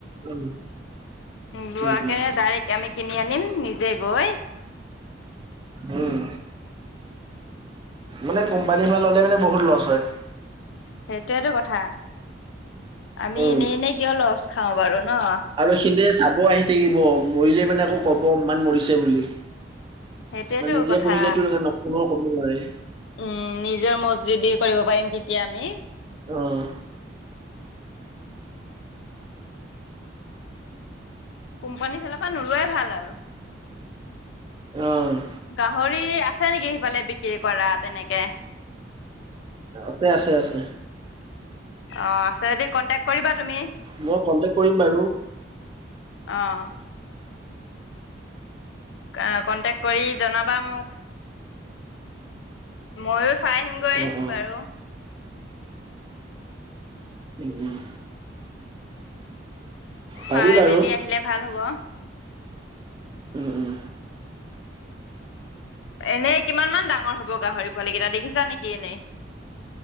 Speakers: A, on the right; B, on the left.
A: উম।
B: লোৱাকে
A: উম উম
B: ডাইৰেক্ট আমি কিনি আনিম নিজে গৈ
A: উম, মানে কোম্পানীৰ পা ল'লে মানে বহুত লচ হয়।
B: সেইটোৱেতো কথা, আমি
A: উম।
B: এনেই এনেই কিয় লছ খাওঁ বাৰু ন'।
A: আৰু সিদে চাব আহি থাকিব মৰিলে মানে আকৌ ক'ব ইমান মৰিছে বুলি।
B: সেইটোয়েতো
A: বা নিজে
B: কথা
A: পুঢ়িলেটো <unintelligible> কেনেও ক'ব নোৱাৰে।
B: উম, নিজৰ মৰজিদি কৰিব পাৰিম তেতিয়া আমি।
A: অ'।
B: কোম্পানীৰ ফালৰ পৰা নোলোৱাই ভাল আৰু।
A: অ'।
B: গাহৰি আছে নেকি সিফালে বিক্ৰী কৰা তেনেকে?
A: আছে আছে আছে।
B: অ', আছে যদি কণ্টেক কৰিবা তুমি,
A: মই কন্টেক কৰিম বাৰু
B: অ'। আ, কণ্টেক কৰি জনাবা মোক। মইয়ো চাই আহিমগৈ
A: অ অ।
B: বাৰু।
A: উম, উম। পাৰি
B: চাই
A: বাৰু
B: মেলি আহিলে ভাল হ'ব আও।
A: উম, উম।
B: এনেই কিমান মান ডাঙৰ হ'ব গাহৰি পোৱালি কেইটা দেখিছা নেকি এনেই?